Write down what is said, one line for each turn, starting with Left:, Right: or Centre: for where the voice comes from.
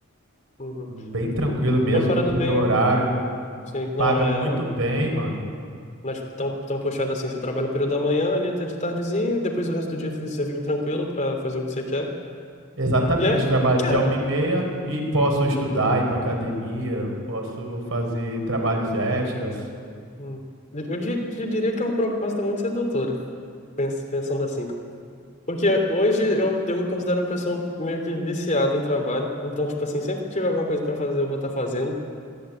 Left: uhum.
Right: bem tranquilo mesmo,
Left: É uma parada
Right: cumpro
Left: bem,
Right: meu horário,
Left: sim, não
Right: paga
Left: é,
Right: muito bem, mano.
Left: não é tipo, tão, tão puxada assim. Você trabalha o período da manhã ali até de tardezinha, e depois o resto do dia você fica tranquilo pra fazer o que você quer.
Right: Exatamente,
Left: E é,
Right: trabalho
Left: cara,
Right: até uma e meia e posso estudar, ir para academia, posso fazer trabalhos extras.
Left: hum, eu, di- eu diria que é uma proposta muito sedutora, pens- pensando assim. Porque hoje eu, eu me considero uma pessoa meio que viciada em trabalho. Então, tipo assim, sempre que tiver alguma coisa para fazer, eu vou estar fazendo.